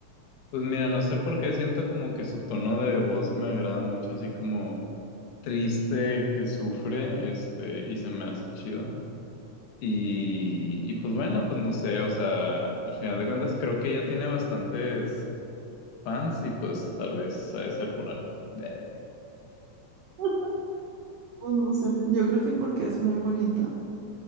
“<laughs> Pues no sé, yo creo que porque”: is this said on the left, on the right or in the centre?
Right